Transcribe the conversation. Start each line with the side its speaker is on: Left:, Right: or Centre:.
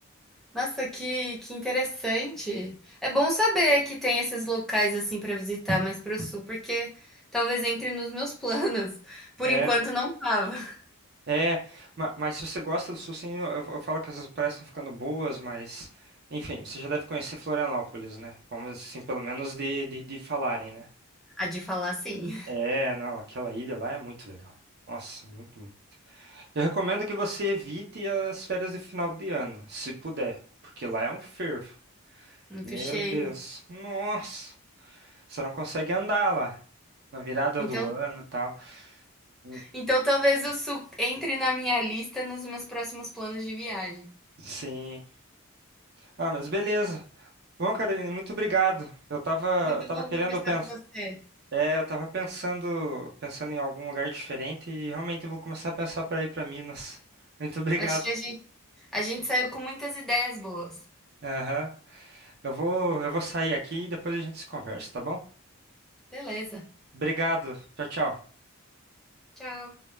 Centre: Nossa, que que interessante. É bom saber que tem esses locais, assim, para visitar mais para o sul, porque talvez entre nos meus <laughs> planos. Por
Right: é.
Centre: enquanto não estava. <laughs>
Right: É, ma- mas se você gosta do Sul, sim, eu, eu eu falo que essas praias estão ficando boas, mas enfim, você já deve conhecer Florianópolis, né? Vamos assim, pelo menos de, de, de falarem, né?
Centre: A de falar sim,
Right: É, não, aquela ilha lá é muito legal. Nossa, muito, muito. Eu recomendo que você evite as férias de final de ano, se puder, porque lá é um fervo.
Centre: muito
Right: Meu
Centre: cheio.
Right: Deus, nossa, você não consegue andar lá na virada
Centre: Então
Right: do ano e tal. Hum,
Centre: Então talvez o sul entre na minha lista nos meus próximos planos de viagem.
Right: Sim. Ah, mas beleza. Bom, Carolina, muito obrigado. Eu tava,
Centre: Muito
Right: eu tava
Centre: bom
Right: querendo
Centre: conversar
Right: pensar,
Centre: com você.
Right: é, eu tava pensando, pensando em algum lugar diferente e realmente eu vou começar a pensar para ir para Minas. <laughs> Muito obrigado.
Centre: Acho que a gente a gente saiu com muitas ideias boas.
Right: Aham. Eu vou, eu vou sair aqui e depois a gente se conversa, tá bom?
Centre: Beleza,
Right: Obrigado. Tchau, tchau.
Centre: tchau.